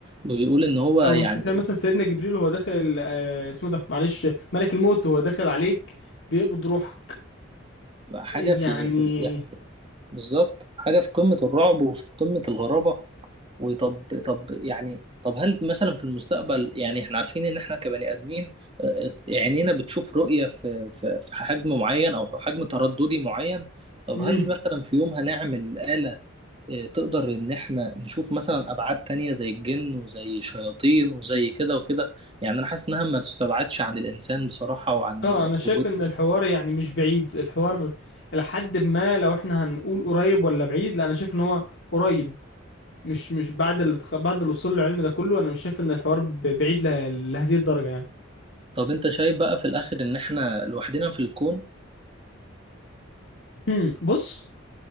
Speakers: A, on the right (about 30°); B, on the left (about 65°).
A: ويقول إن هو يعني
B: او تخيل مثلا سيدنا جبريل وهو داخل آه اسمه ده معلش ملك الموت وهو داخل عليك بيقبض روحك
A: حاجة
B: يعني
A: في في يعني بالظبط حاجه في قمه الرعب وفي قمه الغرابه وطب طب يعني طب هل مثلا في المستقبل يعني احنا عارفين ان احنا كبني ادمين آه، آه، عينينا بتشوف رؤيه في في في حجم معين او حجم ترددي معين طب
B: امم
A: هل مثلا في يوم هنعمل آلة آه، تقدر ان احنا نشوف مثلا ابعاد تانية زي الجن وزي شياطين وزي كده وكده يعني انا حاسس انها ما تستبعدش عن الانسان بصراحة وعن
B: اه انا شايف
A: قوته
B: ان الحوار يعني مش بعيد الحوار لحد ما لو احنا هنقول قريب ولا بعيد لا انا شايف ان هو قريب مش مش بعد اللي تخ... بعد اللي وصل له العلم ده كله انا مش شايف ان الحوار ب- بعيد له... لهذه الدرجة يعني
A: طب انت شايف بقى في الاخر ان احنا لوحدنا في الكون
B: امم بص